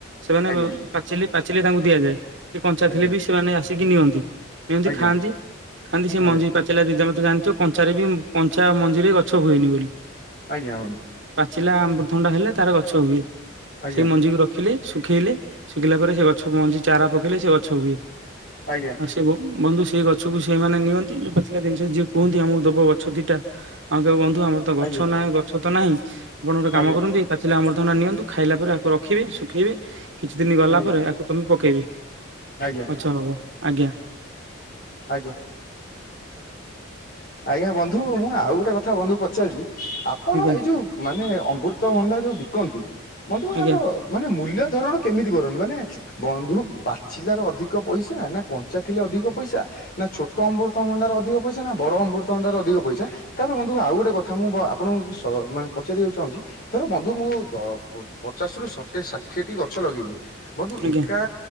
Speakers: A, on the right (about 65°); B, on the left (about 45°).
A: ସେମାନେ
B: ଆଜ୍ଞା
A: ପାଚିଲେ ପା ଚିଲେ ତାଙ୍କୁ ଦିଆଯାଏ ସେ କଞ୍ଚାଥିଲେ
B: ଆଜ୍ଞା
A: ବି ସେମାନେ ଆସିକି ନିଅନ୍ତି। ଏମିତି
B: ଆଜ୍ଞା
A: ଖାଆନ୍ତି ଖାନ୍ତି ସେ
B: ଆଜ୍ଞା
A: ମଞ୍ଜି ପାଚାରିଲା ଦିଦା ମତେ ଜାଣିଥିବ କଞ୍ଚା ରେ ବି ପଞ୍ଚା ମଞ୍ଜିରେ ଗଛ ହୁଏନି ବୋଲି।
B: ଆଜ୍ଞା ବନ୍ଧୁ।
A: ପାଚିଲା ଅମୃତଭଣ୍ଡା ହେଲେ ତାର ଗଛ ହୁଏ
B: ଆଜ୍ଞା
A: ସେଇ ମଞ୍ଜିକୁ ର ଖି ଶୁଖେଇଲେ ଶୁଖିଲା ପରେ ସେ ଗଛ ମଞ୍ଚି ଚାରା ପକେଇଲେ ସେ ଗଛ ହୁଏ।
B: ଆଜ୍ଞା
A: ଆ ସେବ ବନ୍ଧୁ ସେ ସେଇ ଗଛକୁ ସେମାନେ ନିଅନ୍ତି ଯୋଉ ପାଚିଲା ଜିନିଷ ଯିଏ କୁହନ୍ତି ଆମକୁ ଦବ ଗଛ ଦିଟା ଆମେ ତାକୁ ଧୁ ଆମର ତ ଗଛ
B: ଆଜ୍ଞା
A: ନାହିଁ ଗଛ ତ ନାହିଁ ଆପଣ ଗୋଟେ କାମ
B: ଆଜ୍ଞା
A: କରନ୍ତୁ ଏଇ ପାଚିଲା ଅମୃତଭଣ୍ଡା ନିଅନ୍ତୁ। ଖାଇଲା ପରେ ଆକୁ ରଖିବେ ଶୁଖେଇବେ କିଛି ଦିନ ଗଲା
B: ଆଜ୍ଞା
A: ପରେ ଏହାକୁ ତମେ ପକେଇବେ।
B: ଆଜ୍ଞା
A: ଆଚ୍ଛା ହଉ ଆଜ୍ଞା।
B: ଆଜ୍ଞା ଆଜ୍ଞା ବନ୍ଧୁ ମୁଁ ଆଉ ଗୋଟେ କଥା ବନ୍ଧୁ ପଚାରିଲି ଆପଣ
A: ଆଜ୍ଞା
B: ଏଇ ଯୋଉ ମାନେ ଅମୃତଭଣ୍ଡା ଯୋଉ ବିକନ୍ତି ବନ୍ଧୁ
A: ଆଜ୍ଞା
B: ଆର ମାନେ ମୂଲ୍ୟ ଧରଣ କେମିତି କରନ୍ତିୁ ମାନେ ବନ୍ଧୁ ପାଚିଲାରୁ ଅଧିକ ପଇସା ନା କଞ୍ଚା ଥିଲେ ଅଧିକ ପଇସା? ନା ଛୋଟ ଅମୃତଭଣ୍ଡାର ଅଧିକ ପଇସା ନା ବଡ ଅମୃତଭଣ୍ଡାର ଅଧିକ ପଇସା ତାପରେ ବନ୍ଧୁ ଆଉ ଗୋଟେ କଥା ମୁଁ ଆପଣଙ୍କୁ ମାନେ ପଚାରିବାକୁ ଚାହୁଁଛି ଧର ବନ୍ଧୁ ମୁଁ ପଚାଶରୁ ଏ ଷାଠିଏଟି ଗଛ ଲଗେଇଲି। ବନ୍ଧୁ
A: ଆଜ୍ଞା
B: ଏକା